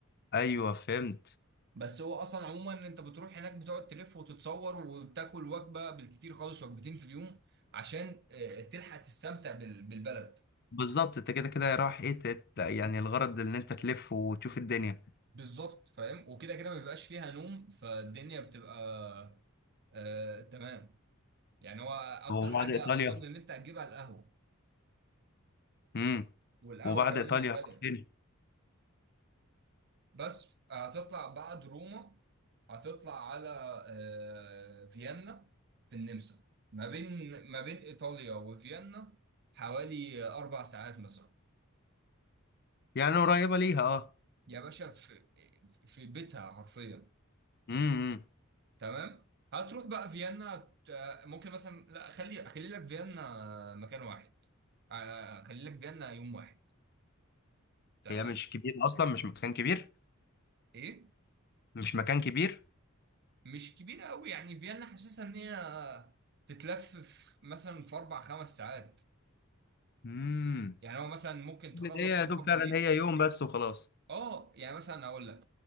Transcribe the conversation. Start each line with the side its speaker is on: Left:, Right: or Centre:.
Left: ايوه فهمت
Right: بس هو اصلا عموما انت بتروح هناك بتقعد تلف وتتصور وبتاكل وجبة بالكتير خالص وجبتين في اليوم عشان آه، تلحق تستمتع بال- بالبلد
Left: بالظبط انت كده كده رايح ايه تت... يعني الغرض ان انت تلف وتشوف الدنيا
Right: بالظبط فاهم وكده كده ما بيبقاش فيها نوم فالدنيا بتبقى آه تمام يعني هو اكتر
Left: وبعد
Right: حاجه
Left: ايطاليا
Right: اظن ان انت هتجيبها القهوه
Left: امم
Right: والقهوه
Left: وبعد
Right: كمان
Left: ايطاليا
Right: مش غاليه
Left: فين؟
Right: بس هتطلع بعد روما هتطلع على آه فيينا في النمسا ما بين ما بين ايطاليا وفيينا حوالي اربع ساعات مثلا
Left: يعني قريبه ليها اه
Right: يا باشا في في بيتها حرفيا
Left: امم
Right: تمام هتروح بقى فيينا ت- آه، ممكن مثلا لا خلي اخلي لك فيينا مكان واحد آه، اخلي لك فيينا يوم واحد تمام
Left: هي مش كبيره اصلا مش مكان كبير
Right: ايه
Left: مش مكان كبير
Right: مش كبيره قوي يعني فيينا حاسسها ان هي آه، تتلف في مثلا في اربع خمس ساعات
Left: امم
Right: يعني هو مثلا ممكن تخلص
Left: هي يا
Right: روما
Left: دوب
Right: بالليل
Left: فعلا هي يوم بس وخلاص
Right: اه يعني مثلا هقول لك